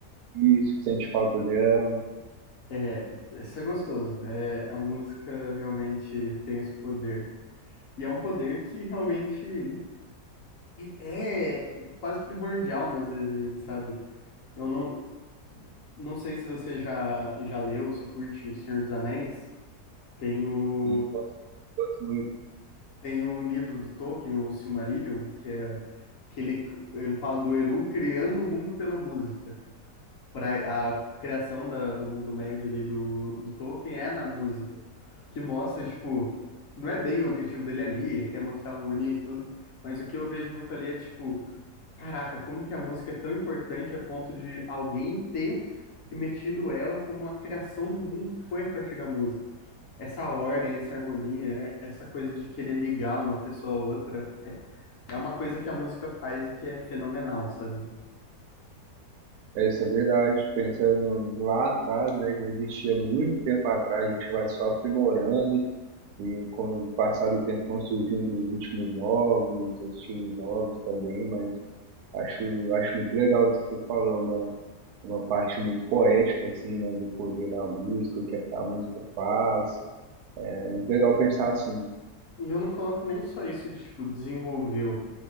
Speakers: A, on the right; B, on the left.
A: isso, sente falta dela.
B: É, isso é gostoso. É, a música realmente tem esse poder. E é um poder que realmente é é quase primordial, né, às vezes, a gente sabe. Eu não, não sei se você já, já leu, se curte Senhor dos Anéis. Tem o,
A: E gosto, gosto muito,
B: Tem um livro do Tolkien, o Silmarillion, que é que ele, ele fala do Eru criando o mundo pela música. Pra, a criação da, do mundo médio ali do, do Tolkien é na música, que mostra, tipo, não é bem o objetivo dele ali, ele quer mostrar uma harmonia e tudo, mas o que eu vejo muito ali é, tipo, caraca, como que a música é tão importante a ponto de alguém ter metido ela como a criação do mundo foi a partir da música essa ordem, essa harmonia, é- essa coisa de querer ligar uma pessoa a outra, é, é uma coisa que a música faz e que é fenomenal, sabe?
A: essa é verdade. Pensando lá atrás, né, já existia muito tempo atrás, a gente vai só aprimorando e com o passar do tempo vão surgindo ritmos novos, estilos novos também, mas acho, acho muito legal isso que você falou, uma, uma parte muito poética, assim, né, do poder da música, o que é que a música faz. É muito legal pensar assim.
B: E eu não coloco nem só isso de, tipo, desenvolveu,